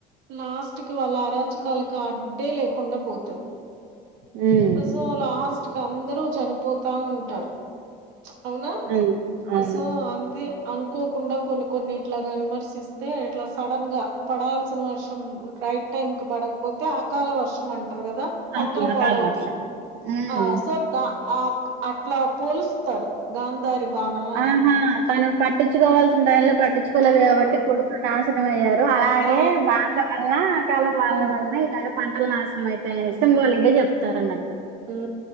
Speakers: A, on the right; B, on the right.
A: లాస్ట్ కి వాళ్ళ అరాచకాలకు అడ్డే లేకుండా పోతుంది
B: హ్మ్
A: సో కాస్ట్ క అందరూ చనిపోతూ ఉంటారు అవునా
B: అవును అవును
A: సో అంతే అనుకోకుండా కొన్ని కొన్ని ఇట్లాగా విమర్శిస్తే ఇట్లా సడన్ గా పడాల్సిన వర్షం రైట్ టైం క పడకపోతే అకాల వర్షం అంటారు కదా పంటలు
B: అవును అకాల
A: పాడవుతాయి
B: వర్షం హ్మ్
A: ఆ సోద్దా ఆ అట్లా పోలుస్తారు గాంధారి బాణ అని
B: ఆహా తను పట్టించుకోవాల్సిన టై లో పట్టించుకోలేదు
A: ఉమ్
B: కాబట్టి కొడుకులు నాశనమ అయ్యారు అలాగే
A: ఆ
B: వాళ్ల వలన ఆ కాలం వాళల
A: ఉమ్
B: వలన ఇలాగ పంటలు నాశనం అయి సింబోిక్ గా చెప్తారు అన్నట్టు
A: ఉ